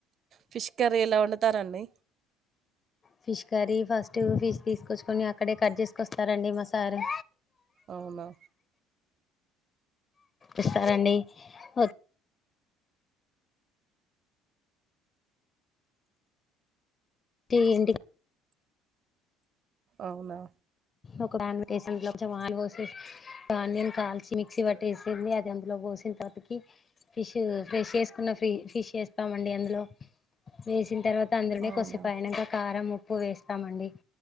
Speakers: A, on the right; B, on the left.
A: ఫిష్ కర్రీ ఎలా ఒండుతారండి
B: ఫిష్ కర్రీ ఫస్ట్ ఫిష్ తీసుకొచ్చుకొని అక్కడే కట్ జేసుకొస్తారండి మా సారు
A: అవునా
B: ఇస్తారండి ఒ తే ఇండి
A: అవునా
B: ఒక ప్యాన్ ట్టేసి అంలో కొంచెం ఆయిల్ పోసి ఆనియన్ కాల్చి మిక్సీ పట్టేసింది అదంత అందులో పోసిన <unintelligible> ఫిష్ ఫ్రెష్ చేేసుకున్న ఫ ఫిష్ చేస్తామండి అందులో చేసిన్ తర్వాత్ తంద్రుని
A: అవునా
B: కొసేపైనాక కారం ఉప్పు వేస్తామండి